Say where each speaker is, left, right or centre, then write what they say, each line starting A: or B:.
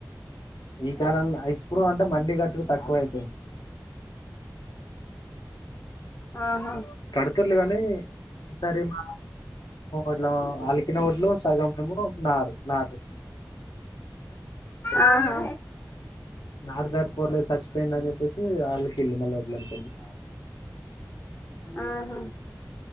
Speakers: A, on the left (about 80°); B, on the left (about 30°).
A: ఈ కాలం ఇప్పుడు అంటే మండి కట్టులు తక్కువ అయిపోయింది
B: ఆహా
A: కడుతర్లు కానీ సరిము ఇట్లా అలికిన ఒడ్లు సగం మేము నారు నాటు
B: ఆహా
A: నాటు సారిపోర్లేదు చచ్చిపోయిందని చెప్పేసి అలికిండ్లు మళ్ళ ఒడ్లు అనుకోండి అ
B: ఆహా